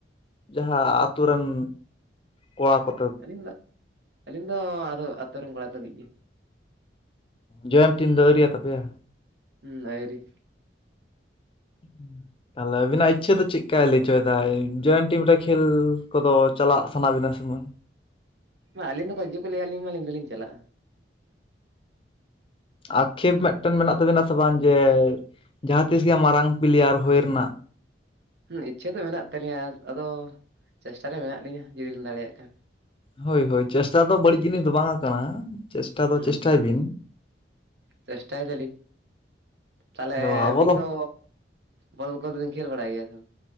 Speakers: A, on the left; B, on the right.
A: ᱡᱟᱦᱟᱸ ᱟᱛᱳ ᱨᱮᱱ, ᱠᱚᱲᱟ ᱠᱚ
B: ᱟᱹᱞᱤᱧ ᱫᱚ, ᱟᱹᱞᱤᱧ ᱫᱚ ᱟᱫᱚ ᱟᱛᱩ ᱨᱤᱱ ᱠᱚᱲᱟ ᱛᱩᱞᱩᱡ ᱜᱮ᱾
A: ᱡᱚᱭᱮᱱᱴ ᱴᱤᱢ ᱫᱚ ᱟᱹᱣᱨᱤᱭᱟ ᱛᱟᱯᱮᱭᱟ?
B: ᱦᱩᱸ ᱟᱭᱨᱤ᱾
A: <inaudible> ᱛᱟᱦᱚᱞᱮ ᱟᱵᱤᱱᱟᱜ ᱤᱪᱪᱷᱟᱹ ᱫᱚ ᱪᱮᱫᱠᱟᱭ ᱞᱟᱹᱭ ᱦᱚᱪᱚᱭᱮᱫᱟᱭ, ᱡᱚᱭᱮᱱ ᱴᱤᱢ ᱨᱮ ᱠᱷᱮᱞ ᱠᱚᱫᱚ ᱪᱟᱞᱟᱜ ᱥᱟᱱᱟ ᱵᱤᱱᱟ ᱥᱮ ᱵᱟᱝ?
B: ᱢᱟ ᱟᱹᱞᱤᱧ ᱫᱚᱠᱚ ᱦᱤᱡᱩᱜ ᱠᱚ ᱞᱟᱹᱭᱟᱞᱤᱧ ᱢᱟ ᱟᱹᱞᱤᱧ ᱫᱚᱞᱤᱧ ᱪᱟᱞᱟᱜᱼᱟ᱾
A: ᱟᱠᱷᱮᱯ ᱢᱤᱫᱴᱮᱱ ᱢᱮᱱᱟᱜ ᱛᱟᱵᱤᱱᱟ ᱥᱮ ᱵᱟᱝ ᱡᱮ ᱡᱟᱦᱟᱸ ᱛᱤᱥ ᱜᱮ ᱢᱟᱨᱟᱝ ᱯᱞᱤᱭᱟᱨ ᱦᱩᱭ ᱨᱮᱱᱟᱜ?
B: ᱦᱩᱸ ᱤᱪᱪᱷᱟᱹ ᱫᱚ ᱢᱮᱱᱟᱜ ᱛᱟᱹᱞᱧᱟᱹ ᱟᱫᱚ, ᱪᱮᱥᱴᱟ ᱨᱮ ᱢᱮᱱᱟᱜ ᱞᱤᱧᱟᱹ ᱡᱩᱫᱤ ᱞᱤᱧ ᱫᱟᱲᱮᱭᱟᱜ ᱠᱷᱟᱱ᱾
A: ᱦᱳᱭ ᱦᱳᱭ ᱪᱮᱥᱴᱟ ᱫᱚ ᱵᱟᱹᱲᱤᱡ ᱡᱤᱱᱤᱥ ᱫᱚ ᱵᱟᱝᱟ ᱠᱟᱱᱟ᱾ ᱪᱮᱥᱴᱟ ᱫᱚ
B: ᱦᱩᱸ
A: ᱪᱮᱥᱴᱟᱭ
B: ᱦᱩᱸ,
A: ᱵᱤᱱ
B: ᱪᱮᱥᱴᱟᱭ ᱫᱟᱞᱤᱧ᱾ ᱛᱟᱦᱚᱞᱮ
A: ᱟᱫᱚ ᱟᱵᱚ
B: ᱟᱹᱵᱤᱱ ᱫᱚ, ᱵᱚᱞ ᱠᱚᱫᱚ ᱵᱤᱱ ᱠᱷᱮᱞ ᱵᱟᱲᱟᱭ ᱜᱮᱭᱟ ᱥᱮ ᱵᱟᱝ?